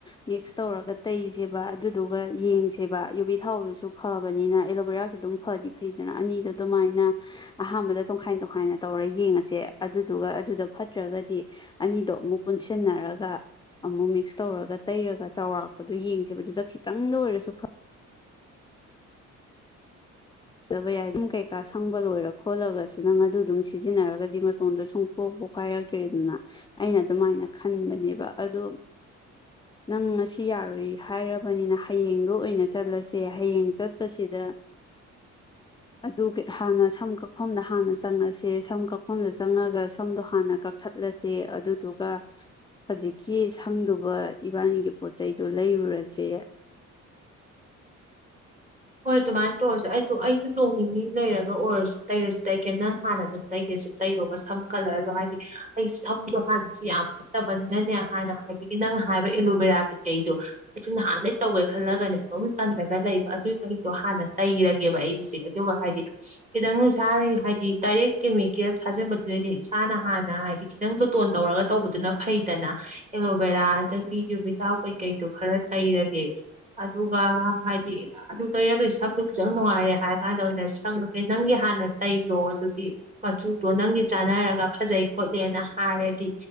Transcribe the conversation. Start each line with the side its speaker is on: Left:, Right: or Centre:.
Left: ꯃꯤꯛꯁ ꯇꯧꯔꯒ ꯇꯩꯁꯦꯕ ꯑꯗꯨꯗꯨꯒ ꯌꯦꯡꯁꯦꯕ ꯌꯨꯕꯤ ꯊꯥꯎꯗꯨꯁꯨ ꯐꯕꯅꯤꯅ ꯑꯦꯂꯣꯕꯦꯔꯥꯁꯨ ꯑꯗꯨꯝ ꯐꯗꯤ ꯐꯩꯗꯅ ꯑꯅꯤꯗꯣ ꯑꯗꯨꯃꯥꯏꯅ ꯑꯍꯥꯟꯕꯗ ꯇꯣꯡꯈꯥꯏ ꯇꯣꯡꯈꯥꯏꯅ ꯇꯧꯔ ꯌꯦꯡꯉꯁꯦ ꯑꯗꯨꯗꯨꯒ ꯑꯗꯨꯗ ꯐꯠꯇ꯭ꯔꯒꯗꯤ ꯑꯅꯤꯗꯣ ꯑꯃꯨꯛ ꯄꯨꯟꯁꯤꯟꯅꯔꯒ ꯑꯃꯨꯛ ꯃꯤꯛꯁ ꯇꯧꯔꯒ ꯇꯩꯔꯒ ꯆꯥꯎꯔꯥꯛꯄꯗꯨ ꯌꯦꯡꯁꯦꯕ ꯑꯗꯨꯗ ꯈꯤꯇꯪꯗ ꯑꯣꯏꯔꯁꯨ ꯐ ꯇꯕ ꯌꯥꯏ ꯑꯗꯨꯝ ꯀꯩꯀꯥ ꯁꯪꯕ ꯂꯣꯏꯔ ꯈꯣꯠꯂꯒꯁꯨ ꯅꯪ ꯑꯗꯨ ꯑꯗꯨꯝ ꯁꯤꯖꯤꯟꯅꯔꯒꯗꯤ ꯃꯇꯣꯟꯗꯣ ꯁꯨꯡꯄꯣꯛ ꯄꯣꯛꯈꯥꯏꯔꯛꯇ꯭ꯔꯦꯗꯅ ꯑꯩꯅ ꯑꯗꯨꯃꯥꯏꯅ ꯈꯟꯕꯅꯦꯕ ꯑꯗꯣ ꯅꯪ ꯉꯁꯤ ꯌꯥꯔꯣꯏ ꯍꯥꯏꯔꯕꯅꯤꯅ ꯍꯌꯦꯡꯗꯣ ꯑꯣꯏꯅ ꯆꯠꯂꯁꯦ ꯍꯌꯦꯡ ꯆꯠꯄꯁꯤꯗ ꯑꯗꯨ ꯍꯥꯟꯅ ꯁꯝ ꯀꯛꯐꯝꯗ ꯍꯥꯟꯅ ꯆꯪꯉꯁꯦ ꯁꯝ ꯀꯛꯐꯝꯗ ꯆꯪꯉꯒ ꯁꯝꯗꯣ ꯍꯥꯟꯅ ꯀꯛꯊꯠꯂꯁꯦ ꯑꯗꯨꯗꯨꯒ ꯍꯧꯖꯤꯛꯀꯤ ꯁꯪꯗꯨꯕ ꯏꯕꯥꯅꯤꯒꯤ ꯄꯣꯠ ꯆꯩꯗꯣ ꯂꯩꯔꯨꯔꯁꯦ
Right: ꯍꯣꯏ ꯑꯗꯨꯃꯥꯏꯅ ꯇꯧꯔꯁꯨ ꯑꯩꯗꯣ ꯑꯩꯗꯣ ꯅꯣꯡ ꯅꯤꯅꯤ ꯂꯩꯔꯒ ꯑꯣꯏꯔꯁꯨ ꯇꯩꯔꯁꯨ ꯇꯩꯒꯦ ꯅꯪ ꯍꯥꯟꯅ ꯑꯗꯨꯝ ꯂꯩꯒꯦꯁꯨ ꯇꯩꯔꯣꯕ ꯁꯝ ꯀꯂꫪꯗꯣ ꯍꯥꯏꯗꯤ ꯑꯩ ꯁꯝꯗꯣ ꯍꯥꯟꯅꯁꯨ ꯌꯥꯝ ꯐꯠꯇꯕꯅꯤꯅꯅꯦ ꯍꯥꯟꯅ ꯍꯧꯖꯤꯛꯀꯤ ꯅꯪ ꯍꯥꯏꯕ ꯑꯦꯂꯣꯚꯦꯔꯥ ꯀꯩꯀꯩꯗꯣ ꯑꯩꯁꯨ ꯅꯍꯥꯟꯗꯩ ꯇꯧꯒꯦ ꯈꯜꯂꯒꯅꯦ ꯑꯗꯨꯝ ꯇꯟꯗꯅ ꯂꯩꯕ ꯑꯗꯨꯏ ꯀꯩꯗꯣ ꯍꯥꯟꯅ ꯇꯩꯔꯒꯦꯕ ꯑꯩꯁꯦ ꯑꯗꯨꯒ ꯍꯥꯏꯗꯤ ꯈꯤꯇꯪ ꯏꯁꯥꯅ ꯍꯥꯏꯗꯤ ꯗꯥꯏꯔꯦꯛ ꯀꯦꯃꯤꯀꯦꯜ ꯊꯥꯖꯤꯟꯕꯗꯨꯗꯩꯗꯤ ꯏꯁꯥꯅ ꯍꯥꯟꯅ ꯍꯥꯏꯗꯤ ꯈꯤꯇꯪ ꯖꯣꯇꯣꯟ ꯇꯧꯔꯒ ꯇꯧꯕꯗꯨꯅ ꯐꯩꯗꯅ ꯑꯦꯂꯣꯕꯦꯔꯥ ꯑꯗꯒꯤ ꯌꯨꯕꯤꯀꯥ ꯀꯩꯀꯩꯗꯣ ꯈꯔ ꯇꯩꯔꯒꯦ ꯑꯗꯨꯒ ꯍꯥꯏꯗꯤ ꯑꯗꯨ ꯇꯩꯔꯒ ꯁꯝꯗꯨ ꯈꯤꯇꯪ ꯅꯨꯡꯉꯥꯏꯔꯦ ꯍꯥꯏꯔ ꯀꯥꯟꯗ ꯑꯣꯏꯅ ꯁꯪꯂꯒꯦ ꯅꯪꯒꯤ ꯍꯥꯟꯅ ꯇꯩꯔꯣ ꯑꯗꯨꯗꯤ ꯃꯆꯨꯗꯣ ꯅꯪꯒꯤ ꯆꯥꯟꯅꯔꯒ ꯐꯖꯩ ꯈꯣꯠꯂꯦꯅ ꯍꯥꯏꯔꯗꯤ